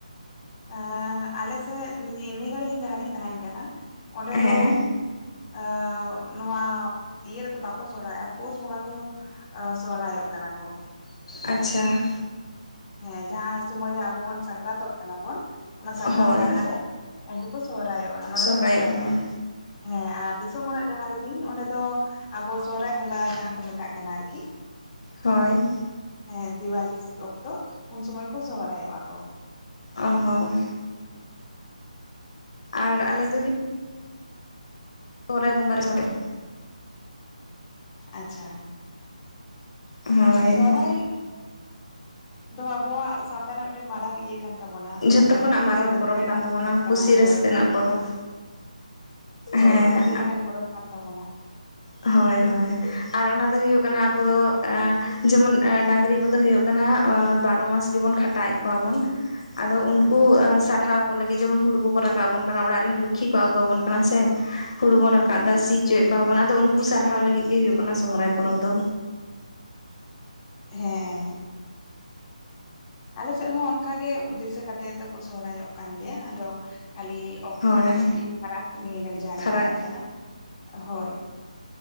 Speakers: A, on the left; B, on the left.
A: ᱟ ᱟᱞᱮ ᱥᱮᱫ ᱱᱤᱭᱟᱹ ᱜᱷᱟᱹᱲᱤᱡ ᱡᱟᱦᱟᱸ ᱨᱤᱧ ᱛᱟᱦᱮᱦᱱ ᱠᱟᱱᱟ ᱚᱸᱰᱮ
B: ᱦᱮᱸ
A: ᱫᱚ ᱮ ᱱᱚᱣᱟ ᱤᱭᱟᱹ ᱨᱮᱫᱚ ᱵᱟᱠᱚ ᱥᱚᱨᱚᱦᱨᱟᱭᱚᱜᱼᱟ ᱯᱩᱥ ᱵᱚᱸᱜᱟ ᱠᱚ ᱥᱚᱨᱦᱟᱭᱚᱜ ᱠᱟᱱᱟ ᱠᱚ ᱾
B: ᱟᱪᱪᱷᱟ ᱾
A: ᱦᱮᱸ ᱡᱟᱦᱟᱸ ᱥᱚᱢᱚᱭ ᱨᱮ ᱟᱵᱚ ᱵᱚᱱ ᱥᱟᱠᱨᱟᱛᱚᱜ ᱠᱟᱱᱟ ᱵᱚᱱ ᱚᱱᱟ ᱥᱟᱠᱨᱟᱛ
B: ᱦᱳᱭ
A: ᱞᱟᱦᱟ ᱨᱮᱼᱼ ᱩᱱᱠᱩ ᱠᱚ ᱥᱚᱦᱨᱟᱭᱚᱜᱼᱟ ᱱᱚᱸᱰᱮ
B: ᱥᱚᱦᱨᱟᱭᱚᱜ
A: ᱠᱚ ᱥᱚᱦᱨᱟᱭᱚᱜᱼᱟ
B: ᱜᱮᱭᱟ
A: ᱾ ᱦᱮᱸ ᱟᱨ ᱫᱤᱥᱚᱢ ᱚᱲᱟᱜ ᱡᱟᱦᱟᱸ ᱼᱼ ᱤᱧ ᱚᱸᱰᱮ ᱫᱚ ᱟᱵᱚ ᱥᱚᱦᱚᱨᱟᱭ ᱵᱚᱸᱜᱟ ᱡᱟᱦᱟᱸ ᱠᱚ ᱢᱮᱛᱟᱜ ᱠᱟᱱᱟ ᱟᱨᱠᱤᱼᱼ
B: ᱦᱚᱭ
A: ᱦᱮᱸ ᱫᱤᱣᱟᱞᱤᱥ ᱚᱠᱛᱚ ᱩᱱ ᱥᱩᱚᱢᱚᱭ ᱠᱚ ᱥᱚᱦᱨᱟᱭᱚᱜᱼᱟ ᱠᱚ ᱾
B: ᱚ ᱦᱚᱸ ᱟᱨ ᱟᱞᱮ ᱫᱚ ᱦᱩᱭᱩᱜᱼᱼ ᱥᱚᱦᱚᱨᱟᱭ ᱵᱚᱸᱜᱟ ᱨᱮ <inaudible>
A: ᱟᱪᱪᱷᱟ ᱾
B: ᱦᱳᱭ
A: ᱥᱚᱦᱨᱟᱭ ᱫᱚ ᱟᱵᱚᱣᱟᱜ ᱥᱟᱶᱛᱟ ᱨᱮᱱᱟᱜ ᱢᱤᱫᱴᱮᱱ ᱢᱟᱨᱟᱝ ᱤᱭᱟᱹ ᱠᱟᱱᱼᱼ ᱛᱟᱵᱚᱱᱟ,
B: ᱡᱷᱚᱛᱚ
A: ᱟᱹᱰᱤ
B: ᱠᱷᱚᱱᱟᱜ
A: ᱠᱩᱥᱤ
B: ᱢᱟᱨᱟᱝ
A: ᱨᱟᱹᱥᱠᱟᱹ
B: ᱯᱚᱨᱚᱵᱽ
A: ᱨᱮᱱᱟᱜ
B: ᱠᱟᱱ ᱛᱟᱵᱚᱱᱟ
A: ᱯᱚᱨᱚᱵᱽ ᱠᱟᱱᱟ
B: ᱠᱩᱥᱤ
A: ᱦᱳᱭ
B: ᱨᱟᱹᱥᱠᱟᱹ ᱨᱮᱱᱟᱜ
A: ᱦᱟᱹᱛᱤ
B: ᱯᱚᱨᱚᱵᱽ
A: ᱞᱮᱠᱟᱱᱼᱼ
B: ᱦᱮᱸ
A: ᱦᱳᱭ ᱦᱟᱛᱤ ᱞᱮᱠᱟᱱ ᱯᱚᱨᱚᱵᱽ ᱠᱟᱱ ᱛᱟᱵᱚᱱᱟ ᱾
B: ᱦᱚᱭ ᱦᱚᱭ ᱟᱨ ᱚᱱᱟ ᱫᱚ ᱦᱩᱭᱩᱜ ᱠᱟᱱᱟ ᱟᱵᱚ ᱫᱚ ᱡᱮᱢᱚᱱ ᱰᱟᱝᱨᱤ ᱠᱚᱫᱚ ᱦᱩᱭᱩᱜᱼᱼ ᱵᱟᱨᱚ ᱢᱟᱥ ᱜᱮᱵᱚᱱ ᱠᱷᱟᱴᱟᱣᱮᱫ ᱠᱚᱣᱟ ᱵᱚᱱ, ᱟᱫᱚ ᱩᱱᱠᱩ
A: ᱦᱩᱸ
B: ᱥᱟᱨᱦᱟᱣ ᱾ ᱠᱚ ᱞᱟᱹᱜᱤᱫ ᱡᱮᱢᱚᱱ ᱦᱩᱲᱩ ᱠᱚᱠᱚ ᱨᱟᱠᱟᱵ ᱟᱵᱚᱱ ᱠᱟᱱᱟ, ᱚᱲᱟᱜ ᱨᱮᱱ ᱞᱚᱠᱠᱷᱤ ᱠᱚ ᱟᱹᱜᱩᱣᱟᱵᱚᱱ ᱠᱟᱱᱟ, ᱥᱮ ᱦᱩᱲᱩ ᱵᱚᱱ
A: ᱦᱩᱸ
B: ᱨᱟᱠᱟᱵ ᱮᱫᱟ, ᱥᱤ ᱚᱪᱚᱭᱮᱫ ᱠᱚᱣᱟ ᱵᱚᱱ, ᱟᱫᱚ ᱩᱱᱠᱩ ᱥᱟᱨᱦᱟᱣ ᱞᱟᱹᱜᱤᱫ ᱜᱮ, ᱦᱳᱭᱩᱜ ᱠᱟᱱᱟ ᱥᱚᱦᱚᱨᱟᱭ ᱯᱚᱨᱚᱵᱽ ᱫᱚ᱾
A: ᱦᱮᱸ, ᱟᱞᱮ ᱥᱮᱫ ᱦᱚᱸ ᱚᱱᱠᱟᱜ ᱜᱮ, ᱩᱫᱫᱮᱥᱚ ᱠᱟᱛᱮ ᱫᱚᱠᱚ ᱥᱚᱦᱚᱨᱟᱭᱚᱜ ᱠᱟᱱ ᱜᱮᱭᱟ, ᱟᱫᱚ ᱠᱷᱟᱹᱞᱤ ᱚᱠᱛᱚ
B: ᱦᱳᱭ
A: ᱨᱮᱱᱟᱜ ᱠᱟᱹᱴᱤᱡ ᱯᱷᱟᱨᱟᱠ, ᱱᱤᱭᱟᱹ ᱜᱷᱟᱹᱲᱤᱡ ᱡᱟᱦᱟᱸᱨᱮᱧ
B: ᱯᱷᱟᱨᱟᱠ
A: ᱛᱟᱦᱮᱱ ᱠᱟᱱᱟ, ᱦᱳᱭ᱾